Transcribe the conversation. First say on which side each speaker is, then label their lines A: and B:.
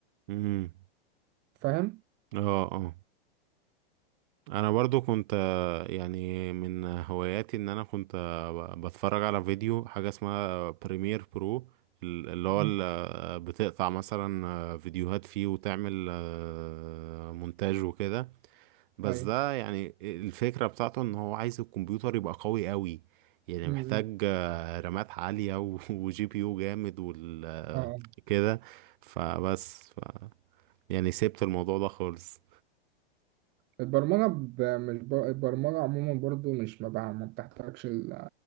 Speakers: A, on the right; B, on the right.
A: امم
B: فاهم
A: اه اه انا برضو كنت آه، يعني من هواياتي ان انا كنت آه، ب- بتفرج على فيديو حاجة اسمها بريمير برو ال- اللي هو
B: مم.
A: ال- آه، بتقطع مثلا آه، فيديوهات فيه وتعمل آه، مونتاج وكده بس
B: ايوه
A: ده يعني الفكرة بتاعته ان هو عايز الكمبيوتر يبقى قوي قوي يعني
B: امم
A: محتاج
B: امم.
A: آه، رامات عالية و- <laughs> وجي بي يو جامد وال آه،
B: اه آه.
A: كده فبس ف يعني سيبت الموضوع ده خالص
B: البرمجه ب... مش ب... البرمجه عموما برضو مش ما بقى ما بتحتاجش ال...